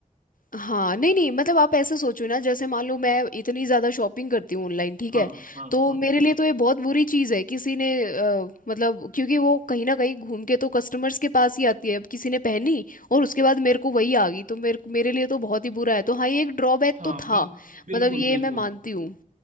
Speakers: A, on the left; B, on the right.
A: हाँ नहीं नहीं मतलब आप ऐसे सोचो ना जैसे मान लो मैं इतनी ज़्यादा शॉपिंग करती हूँ ऑनलाइन ठीक
B: हाँ
A: है
B: हाँ
A: तो
B: हाँ
A: मेरे लिए तो ये बहुत बुरी चीज़ है किसी ने अ, मतलब क्योंकि वो कहीं ना कहीं घूम के तो कस्टमर्स के पास ही आती है अब किसी ने पहनी और उसके बाद मेरे को वही आ गई तो मेरे मेरे लिए तो बहुत ही बुरा है तो हाँ ये एक ड्रॉबैक
B: हाँ
A: तो था
B: बिल्कुल
A: मतलब
B: बिल्कुल
A: ये
B: बिल्कुल
A: मैं मानती हूँ